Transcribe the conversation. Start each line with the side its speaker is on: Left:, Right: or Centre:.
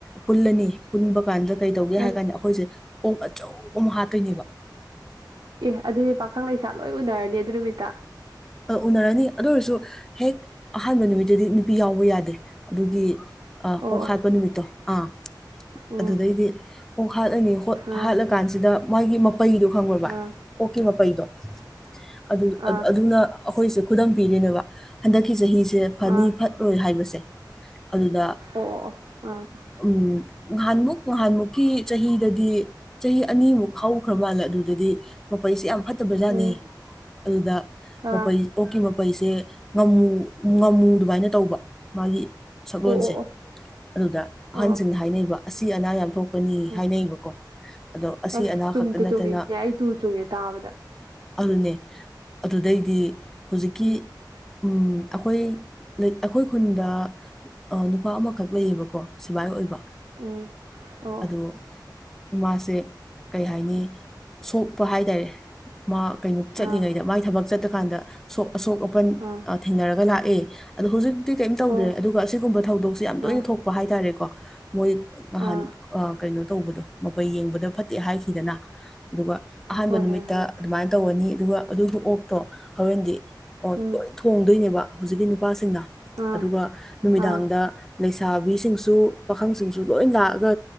Centre: ꯄꯨꯜꯂꯅꯤ ꯄꯨꯟꯕ ꯀꯥꯟꯗ ꯀꯩꯗꯧꯒꯦ ꯍꯥꯏ
Right: ꯑꯁ
Centre: ꯀꯥꯟꯗ ꯑꯈꯣꯏꯁꯦ ꯑꯣꯛ ꯑꯆꯧꯕ ꯑꯃ ꯍꯥꯠꯇꯣꯏꯅꯦꯕꯥ
Right: ꯑꯦ ꯑꯗꯨꯗꯤ ꯄꯥꯈꯪ ꯂꯩꯁꯥ ꯂꯣꯏ ꯎꯅꯔꯅꯤ ꯑꯗꯨ ꯅꯨꯃꯤꯠꯇ
Centre: ꯑ ꯎꯅꯔꯅꯤ ꯑꯗꯨ ꯑꯣꯏꯔꯁꯨ ꯍꯦꯛ ꯑꯍꯥꯟꯕ ꯅꯨꯃꯤꯠꯇꯨꯗꯤ ꯅꯨꯄꯤ ꯌꯥꯎꯕ ꯌꯥꯗꯦ ꯑꯗꯨꯒꯤ ꯑꯥ
Right: ꯑꯣ
Centre: ꯑꯣꯛ
Right: ꯑꯣ
Centre: ꯍꯥꯏꯠꯄ ꯅꯨꯃꯤꯠꯇꯣ ꯑꯥ
Right: ꯎꯝ
Centre: ꯑꯗꯨꯗꯩꯗꯤ ꯑꯣꯛ ꯍꯥꯠꯂꯅꯤ ꯍꯣꯛ
Right: ꯑꯥ
Centre: ꯍꯥꯠꯂꯀꯥꯟꯁꯤꯗ ꯃꯥꯒꯤ ꯃꯄꯩꯗꯣ ꯈꯪꯕ꯭ꯔꯥ ꯚꯥꯏ
Right: ꯑꯥ
Centre: ꯑꯣꯀꯤ ꯃꯄꯩꯗꯣ ꯑꯗꯨ
Right: ꯑꯥ
Centre: ꯑ
Right: ꯑꯥ
Centre: ꯑꯗꯨꯅ ꯑꯈꯣꯏꯁꯨ ꯈꯨꯗꯝ ꯄꯤꯔꯤꯅꯦꯕꯥ ꯍꯟꯗꯛꯀꯤ ꯆꯍꯤꯁꯦ ꯐꯅꯤ
Right: ꯑꯥ
Centre: ꯐꯠꯔꯣꯏ ꯍꯥꯏꯕꯁꯦ ꯑꯗꯨꯗꯥ
Right: ꯑꯣ ꯑꯣ ꯑꯣ ꯑꯥ <unintelligible>
Centre: ꯎꯝ ꯉꯍꯥꯟꯃꯨꯛ ꯉꯍꯥꯟꯃꯨꯛꯀꯤ ꯆꯍꯤꯗꯗꯤ ꯆꯍꯤ ꯑꯅꯤꯃꯨꯛ ꯍꯧꯈ꯭ꯔ ꯃꯥꯜꯂꯦ ꯑꯗꯨꯗ ꯗꯨꯗꯤ ꯃꯄꯩꯁꯦ ꯌꯥꯝ ꯐꯠꯇꯕ ꯖꯥꯠꯅꯦ
Right: ꯎꯝ
Centre: ꯑꯗꯨꯗꯥ ꯃꯄꯩ
Right: ꯑꯥ
Centre: ꯑꯣꯛꯀꯤ ꯃꯄꯩꯁꯦ ꯉꯝꯃꯨ ꯉꯝꯃꯨ ꯗꯨꯃꯥꯏꯅ ꯇꯧꯕ ꯃꯥꯒꯤ ꯁꯒꯣꯟꯁꯦ
Right: ꯑꯣ ꯑꯣ
Centre: ꯑꯗꯨꯗ
Right: ꯑꯣ
Centre: ꯑꯍꯟꯁꯤꯡꯅ
Right: ꯑꯥ
Centre: ꯍꯥꯏꯅꯩꯕ ꯑꯁꯤ ꯑꯅꯥ ꯌꯥꯝ ꯊꯣꯛꯀꯅꯤ
Right: ꯑꯥ
Centre: ꯍꯥꯏꯅꯩꯕꯀꯣ ꯑꯗꯣ ꯑꯁꯤ
Right: ꯑꯁ
Centre: ꯑꯅꯥ
Right: ꯆꯨꯝꯗ
Centre: ꯈꯛꯇ ꯅꯠꯇꯅ
Right: ꯆꯨꯝꯃꯤꯅꯦ ꯑꯩ ꯇꯨ ꯆꯨꯝꯉꯦ ꯇꯥꯕꯗ
Centre: ꯑꯗꯨꯅꯦ ꯑꯗꯨꯗꯩꯗꯤ ꯍꯧꯖꯤꯛꯀꯤ
Right: ꯎꯝ
Centre: ꯎꯝ ꯑꯩꯈꯣꯏ ꯑꯩꯈꯣꯏ ꯈꯨꯟꯗ ꯑꯥ ꯅꯨꯄꯥ ꯑꯃꯈꯛ ꯂꯩꯌꯦꯕꯀꯣ ꯁꯤꯕꯥꯥꯏ ꯑꯣꯏꯕ
Right: ꯎꯝ ꯑꯣ
Centre: ꯑꯗꯣ ꯃꯥꯁꯦ ꯀꯔꯤ ꯍꯥꯏꯅꯤ ꯁꯣꯛꯄ ꯍꯥꯏ ꯇꯔꯦ ꯃꯥ ꯀꯩꯅꯣ ꯆꯠꯂꯤꯉꯩꯗ
Right: ꯑꯥ
Centre: ꯃꯥꯏ ꯊꯕꯛ ꯆꯠꯇ ꯀꯥꯟꯗ ꯁꯣꯛ ꯑꯁꯣꯛ ꯑꯄꯟ
Right: ꯑꯥ
Centre: ꯊꯦꯡꯅꯔꯒ ꯂꯥꯛꯑꯦ ꯑꯗꯣ ꯍꯧꯖꯤꯛꯇꯤ ꯀꯩꯝ ꯇꯧꯗ꯭ꯔꯦ
Right: ꯑꯣ
Centre: ꯑꯗꯨꯒ ꯑꯁꯤꯒꯨꯝꯕ ꯊ ꯊꯧꯗꯣꯛ ꯁꯦ ꯌꯥꯝ ꯇꯣꯏꯅ
Right: ꯑꯥ
Centre: ꯊꯣꯛꯄ ꯍꯥꯏ ꯇꯔꯦꯀꯣ ꯃꯣꯏ ꯅꯍꯥꯟ
Right: ꯑꯥ
Centre: ꯀꯩꯅꯣ ꯇꯧꯕꯗꯣ ꯃꯄꯩ ꯌꯦꯡꯕꯗ ꯐꯠꯇꯦ ꯍꯥꯏꯈꯤꯗꯅ ꯑꯗꯨꯒ ꯑꯍꯥꯟꯕ
Right: ꯍꯣꯏ
Centre: ꯅꯨꯃꯤꯠꯇ
Right: ꯍꯣꯏ ꯍꯣꯏ
Centre: ꯑꯗꯨꯃꯥꯏꯅ ꯇꯧꯔꯅꯤ ꯑꯗꯨꯒ ꯑꯗꯨꯗꯣ ꯑꯣꯐ ꯑꯣ ꯍꯣꯔꯦꯟꯗꯤ ꯂꯣꯏ
Right: ꯎꯝ
Centre: ꯊꯣꯡꯗꯣꯏꯅꯦꯕ ꯍꯧꯖꯤꯛꯀꯤ ꯅꯨꯄꯥꯁꯤꯡꯅ
Right: ꯑꯥ
Centre: ꯑꯗꯨꯒ ꯅꯨꯃꯤꯗꯥꯡꯗ
Right: ꯑꯥ
Centre: ꯂꯩꯁꯥꯕꯤꯁꯤꯡꯁꯨ ꯄꯥꯈꯪꯁꯤꯡꯁꯨ ꯂꯣꯏ ꯂꯥꯛꯑꯒ